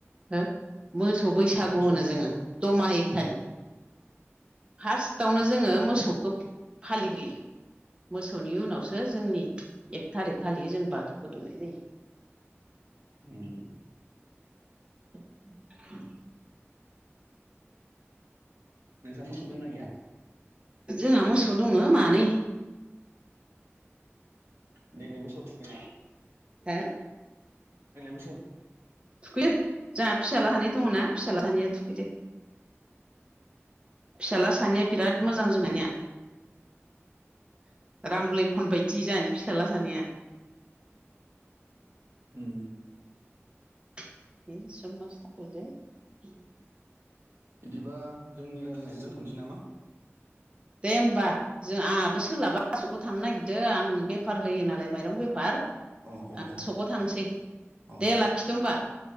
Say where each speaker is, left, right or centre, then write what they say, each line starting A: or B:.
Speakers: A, on the right; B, on the right.
A: ओ मोसौ बैसागु
B: मोसौ
A: होनो
B: बैसागु
A: जोङो दमाहिखालि।
B: <inaudible>
A: फार्स्टआवनो जोङो मोसौखौ फालिग्रोयो। मोसौनि उनावसो जोंनि एक थारिख खालि जों बाथौ खो दुमनाय जायो।
B: उम
A: <unintelligible>
B: नोंसा मोखौ दंनां गैया?
A: जोंहा मोसौ दङ मानै।
B: देग्लायबो <unintelligible> थुखैया
A: हो
B: <unintelligible>
A: थुखैयो जाहा फिसाला सानै दंना फिसाला सानैया थुखैदो। फिसाला सानैया बिराद मोजां जोंहानिया <inaudible> राम लैखन बायदि जाद फिसाला सानैया
B: उम।
A: <unintelligible>
B: बिदिबा जोंनि रायलायनायखौ दोनथ'नोसै नामा?
A: दे होमबा जों आंहाबो सोलाबा सकाव थांनो नागिरदों आं बेफार होयो नालाय माइरं बेफार।
B: अ अ अ।
A: सकआव थांसै
B: औ
A: दे लाखिथ' होमबा